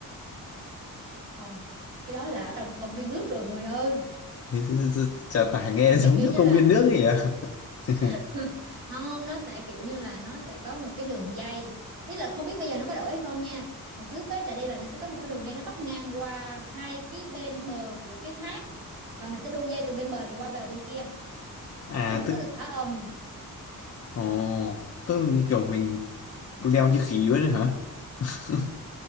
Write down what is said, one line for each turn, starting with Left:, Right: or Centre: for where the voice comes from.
Right: không cái đó là ở trong công viên nước rồi người ơi
Left: thế thế- thế- thế- chả tả nghe <laughs> giống
Right: cái kiểu
Left: trong
Right: như
Left: công
Right: là
Left: viên nước ấy à <laughs>
Right: <laughs> không nó sẽ kiểu như là nó sẽ có một cái đường dây ý là không biết bây giờ nó có đổi hay không nha hồi trước á trà đi là nó sẽ có một cái đường dây nó bắc ngang qua hai cái bên bờ của cái thác và mình sẽ đu dây từ bên bờ này qua bờ bên kia
Left: à
Right: chứ mình không
Left: tức
Right: có được thả ầm
Left: ồ tức là như kiểu mình leo như khỉ vậy hả <laughs>